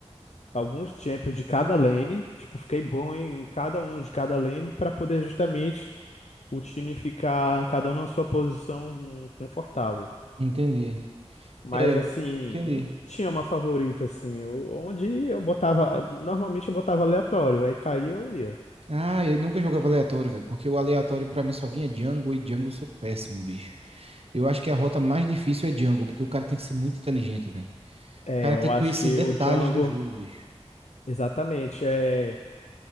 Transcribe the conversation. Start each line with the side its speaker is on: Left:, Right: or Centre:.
Left: alguns champions de cada lane. Tipo, fiquei bom em cada um de cada lane para poder justamente o time ficar cada um na sua posição hum, confortável.
Right: Entendi.
Left: Mas
Right: É,
Left: assim,
Right: entendi.
Left: não tinha uma favorita, assim. eu- Onde eu botava. Normalmente eu botava aleatório. Aí caía, eu ia.
Right: Ah, eu nunca jogava aleatório, velho, porque o aleatório pra mim só vinha Django e Django eu sou péssimo, bicho. Eu acho que a rota mais difícil é Django, porque o cara tem que ser muito inteligente, velho.
Left: É,
Right: O cara
Left: eu
Right: tem que
Left: acho
Right: conhecer
Left: que
Right: detalhes
Left: o Django,
Right: do jogo, bicho.
Left: exatamente, é,